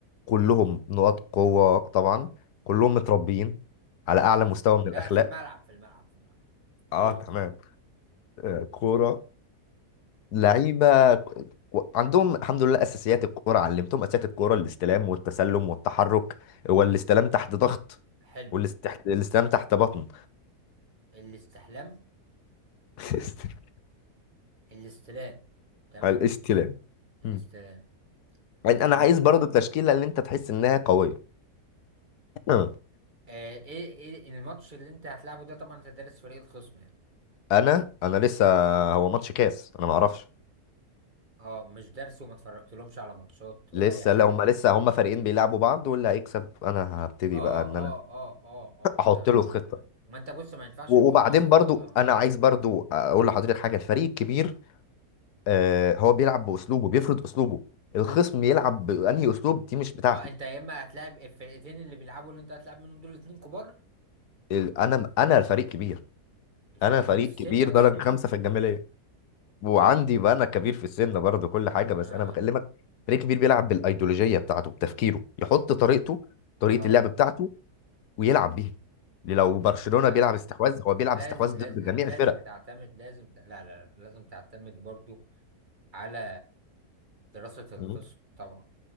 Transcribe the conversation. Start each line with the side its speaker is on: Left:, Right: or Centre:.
Left: كلهم نقاط قوه طبعا كلهم متربيين على اعلى
Right: اه
Left: مستوى من
Right: لا
Left: الاخلاق
Right: في الملعب في الملعب في الملعب
Left: اه
Right: كورة
Left: تمام آه، كوره لعيبه ك- و- عندهم الحمد لله اساسيات الكوره علمتهم اساسيات الكوره الاستلام والتسلم والتحرك والاستلام تحت ضغط
Right: حلم
Left: والاستلام تحت بطن
Right: الاستحلام
Left: <laughs>
Right: الاستلام تمام
Left: على الاستلام
Right: الاستلام
Left: مم. يعني
Right: تمام
Left: انا عايز برضه التشكيله اللي انت تحس انها قويه <clears throat>
Right: آه ايه ايه الماتش اللي انت هتلعبه ده طبعا انت دارس فريق الخصم يعني
Left: انا انا لسه هو ماتش كاس انا ما اعرفش
Right: اه مش دارس وما اتفرجتلهمش على ماتشات
Left: لسه
Right: ولا اي حاجة
Left: لو ما لسه هما فريقين بيلعبوا بعض واللي هيكسب انا هبتدي
Right: اه
Left: بقى ان
Right: اه
Left: انا <laughs>
Right: اه اه اه
Left: احط
Right: تمام
Left: له خطه
Right: ما انت بص ما ينفعش
Left: و-
Right: تحط
Left: وبعدين
Right: الخطة
Left: برضو انا عايز برضو اقول لحضرتك حاجه الفريق الكبير آه، هو بيلعب باسلوبه بيفرض اسلوبه الخصم يلعب بانهي اسلوب دي مش بتاعتي
Right: اه انت يا اما هتلاعب الفرقتين اللي بيلعبوا اللي انت هتلعب منهم دول اتنين كبار
Left: ال- انا انا فريق كبير
Right: الفريق
Left: انا فريق
Right: كبير في السن
Left: كبير
Right: قصدك
Left: درجه خمسه في الجماليه وعندي بقى انا كبير في السن برضه كل حاجه بس
Right: اه
Left: انا بكلمك فريق كبير بيلعب بالايديولوجيه بتاعته بتفكيره يحط طريقته طريقه
Right: اه
Left: اللعب بتاعته ويلعب بيها لو برشلونه
Right: لا
Left: بيلعب استحواذ هو بيلعب
Right: لازم
Left: استحواذ
Right: لازم
Left: ضد
Right: لا،
Left: جميع
Right: لازم
Left: الفرق
Right: تعتمد لازم ت... لا لا لا، لازم تعتمد برضو على دراسة الخصم
Left: مم.
Right: طبعا